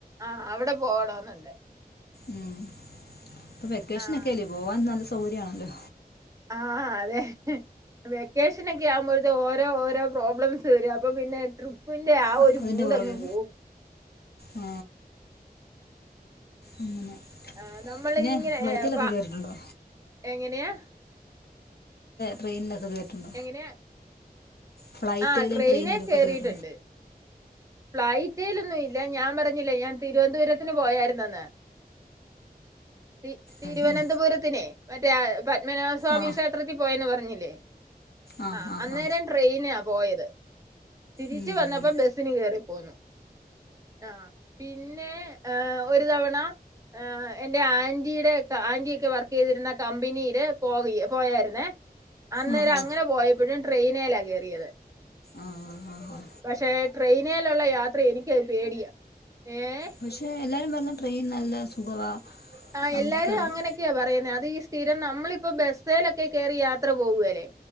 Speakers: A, on the right; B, on the left.
A: ആഹ് അവിടെ പോകണെന്നുണ്ട്
B: ഉം ഇപ്പൊ വെക്കേഷനൊക്കെല്ലേ
A: ആഹ്
B: പോവാൻ നല്ല സൗകര്യമാണല്ലോ
A: ആഹ് അതെ വെക്കേഷൻ ഒക്കെ ആവുമ്പോഴത്തേക്ക് ഓരോ ഓരോ പ്രോബ്ലംസ് വരും അപ്പൊ പിന്നെ ട്രിപ്പ്‌ ന്റെ ആഹ്
B: അ-
A: ഒരു
B: അതിൻ്റെ
A: മൂടങ്ങ്
B: പുറകെ
A: പോകും
B: ആ, അങ്ങനെ
A: ആഹ് നമ്മൾ
B: പിന്നെ
A: ഇങ്ങനെ
B: ഫ്ലൈറ്റിലൊക്കെ
A: ഏ ഫ
B: കയറിയിട്ടുണ്ടോ
A: എങ്ങനെയാ
B: ട്രെയിനിലൊക്കെ കേറിയിട്ടുണ്ട്
A: അങ്ങനെ
B: ഫ്ലൈറ്റിലും
A: ആഹ് ട്രെയിനേ
B: ട്രെയിനിലും
A: കേറീട്ടുണ്ട്
B: ഒക്കെ കയറിയിട്ടുണ്ട്
A: ഫ്ലൈറ്റിൽ ഒന്നും ഇല്ല ഞാൻ പറഞ്ഞില്ലേ ഞാൻ തിരുവനന്തപുരത്തിന് പോയായിരുനെന്ന് തി തിരുവനന്തപുരത്തിനെ
B: ഉം, ഉം.
A: മറ്റേ പത്മനാഭ സ്വാമി
B: ആ
A: ക്ഷേത്രത്തിൽ പോയന്ന് പറഞ്ഞില്ലേ
B: ആ
A: ആഹ്
B: ആ
A: അന്നേരം
B: ആ
A: ട്രെയിനാ പോയത് തിരിച്ച്
B: ഉം,
A: വന്നപ്പോ
B: ഉം.
A: ബസിന് കേറി പോന്നു ആഹ് പിന്നെ ഒരു തവണ എന്റെ ആന്റിയുടെ ആന്റി ഒക്കെ വർക്ക് ചെയ്തിരുന്ന കമ്പനിയില് പോ പോയായിരുന്നേ അന്നേരം
B: ആ ആ
A: അങ്ങനെ പോയപ്പോഴും ട്രെയിനേല്ലാ കേറിയത്
B: ആഹ് ആഹ് ആഹ് ആഹ്
A: പക്ഷേ ട്രെയിനേലുള്ള യാത്ര എനിക്ക് പേടിയ ഏഹ്
B: പക്ഷെ എല്ലാരും പറയുന്നേ ട്രെയിൻ നല്ല സുഖവാ
A: ആഹ്
B: നമുക്ക്
A: എല്ലാരും
B: കിടന്ന്
A: അങ്ങനെ ക്കെയ പറയുന്നെ അത് ഈ സ്ഥിരം നമ്മളിപ്പ ബസേലോക്കെ കയറി യാത്ര പോകുകല്ലേ